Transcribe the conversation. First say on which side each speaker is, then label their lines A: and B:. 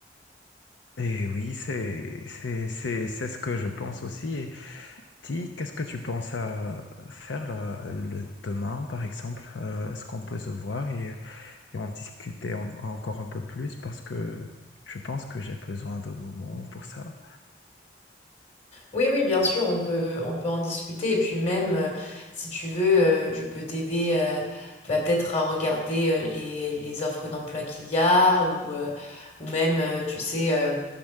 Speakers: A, on the left (about 85°); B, on the left (about 40°).
A: et oui, c'est, c'est, c'est, c'est ce que je pense aussi. Et Ti, qu'est-ce que tu penses à faire là, le demain, par exemple? Euh, est-ce qu'on peut se voir et et on discutait en- encore un peu plus parce que je pense que j'ai besoin de moments pour ça.
B: Oui, oui, bien sûr, on peut, on peut en discuter. Et puis même, euh, si tu veux, euh, je peux t'aider euh, bah, peut-être à regarder euh, les, les offres d'emploi qu'il y a ou, euh, ou même, euh, tu sais, euh,